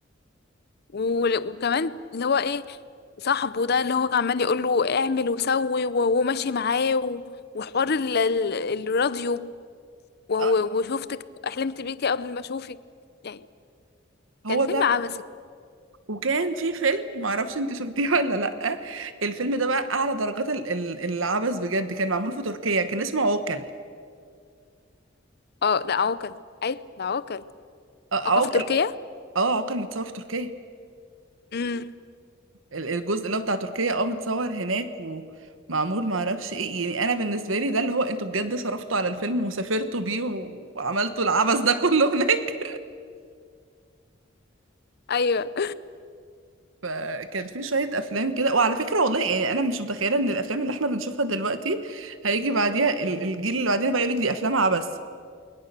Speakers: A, on the left (about 55°); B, on the right (about 85°).
A: و- وكمان اللي هو ايه صاحبه ده اللي هو كان عمال يقول له اعمل وسوي وهو ماشي معاه و- وحوار ال- ال- الراديو وهو-
B: آه،
A: وشفتك احلمت بيكي قبل ما اشوفك يعني
B: هو
A: كان فيلم
B: ده
A: عبثي
B: وكان في فيلم ما اعرفش انت شفتيه ولا لا الفيلم ده بقى اعلى درجات ال- ال- العبث بجد كان معمول في تركيا كان اسمه عوكل
A: اه ده عوكل اي ده عوكل
B: آه،
A: او كان
B: عوكل
A: في تركيا
B: اه عوكل متصور في تركيا
A: امم
B: ال- الجزء اللي هو بتاع تركيا اه متصور هناك ومعمول ما اعرفش ايه يعني انا بالنسبه لي ده اللي هو انتوا بجد صرفتوا على الفيلم وسافرتوا بيه و- وعملتوا العبث ده كله هناك
A: ايوه
B: <laughs> فكان في شويه افلام كده وعلى فكره والله يعني انا مش متخيله ان الافلام اللي احنا بنشوفها دلوقتي هيجي بعديها ال- الجيل اللي بعدين بقى يقولك دي افلام عبث